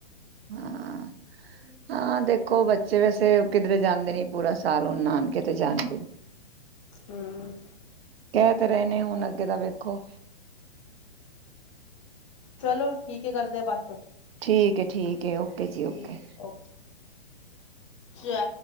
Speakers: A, on the right; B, on the left.
A: ਹਾਂ-ਹਾਂ ਦੇਖੋ ਬੱਚੇ ਵੈਸੇ ਕਿਧਰੇ ਜਾਂਦੇ ਨੀ ਪੂਰਾ ਸਾਲ ਹੁਣ ਨਾਨਕੇ ਤੇ ਜਾਣਗੇ।
B: ਹੂੰ
A: ਕਹਿ ਤੇ ਰਹੇ ਨੇ ਹੁਣ ਅੱ ਗੇ ਦਾ ਵੇਖੋ।
B: ਚਲੋ ਠੀਕ ਹੈ ਕਰਦੇ ਆ ਬਾ
A: ਠੀਕ ਹੈ, ਠੀਕ ਹੈ ਓਕੇ ਜੀ ਓਕੇ।
B: ਠੀਕ ਐ ਓਕੇ। ਚੈ